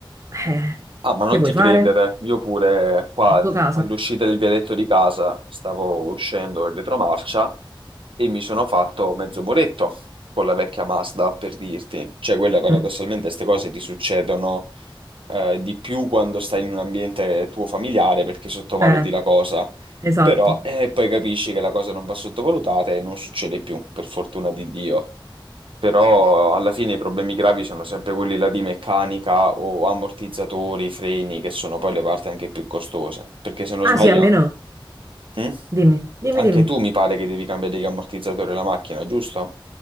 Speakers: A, on the right; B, on the right.
A: eh,
B: Ah, ma non
A: che vuoi
B: ti credere,
A: fare?
B: io pure qua
A: Il tuo
B: n-
A: casa?
B: all'uscita del vialetto di casa stavo uscendo in retromarcia e mi sono fatto mezzo muretto con la vecchia Mazda, per dirti. Cioè, quella paradossalmente
A: Mm.
B: queste cose ti succedono eh, di più quando stai in un ambiente tuo familiare perché sottovaluti
A: Eh,
B: la cosa,
A: esatto.
B: però eh, poi capisci che la cosa non va sottovalutata e non succede più, per fortuna di Dio però alla fine i problemi gravi sono sempre quelli là di meccanica o ammortizzatori, freni, che sono poi le parti anche più costose. Perché se non
A: Ah
B: sbaglio,
A: sì, a me no,
B: Mm?
A: dimmi, dimmi,
B: anche
A: dimmi.
B: tu mi pare che devi cambiare gli ammortizzatori alla macchina, giusto?